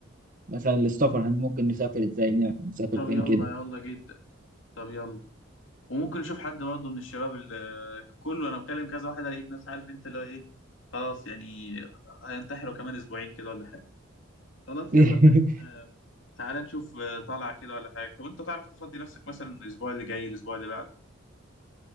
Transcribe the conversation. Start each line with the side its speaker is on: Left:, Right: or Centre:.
Right: مثلا للسفر هن ممكن نسافر ازاي نعرف نسافر
Left: طب
Right: فين
Left: يلا
Right: كده
Left: يلا جدا طب يلا وممكن نشوف حد برضه من الشباب اللي كله انا بكلم كذا واحد على الناس عارف انت اللي هو ايه خلاص يعني هينتحروا كمان اسبوعين كده ولا حاجه خلاص
Right: <laughs>
Left: يلا فعلا آه، تعالى نشوف آه، طلعه كده ولا حاجه طب انت تعرف تفضي نفسك مثلا الاسبوع اللي جاي الاسبوع اللي بعده